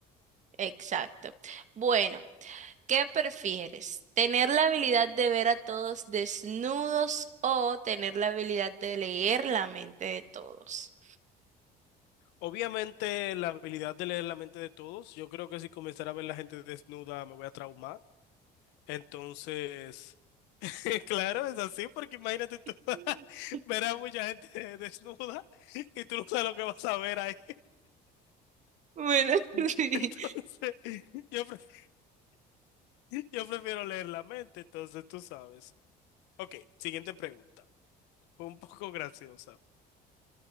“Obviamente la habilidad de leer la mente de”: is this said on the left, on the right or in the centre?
Left